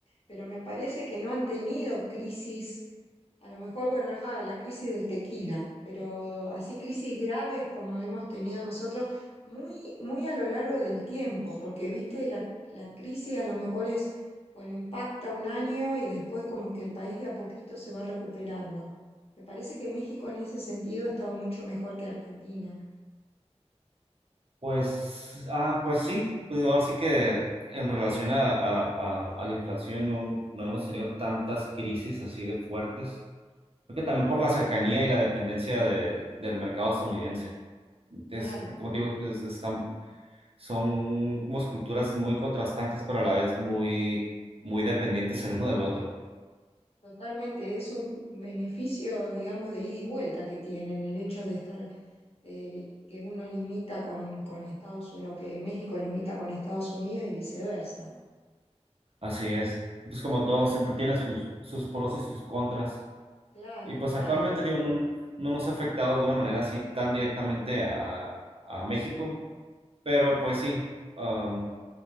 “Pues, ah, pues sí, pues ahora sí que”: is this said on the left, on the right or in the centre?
Right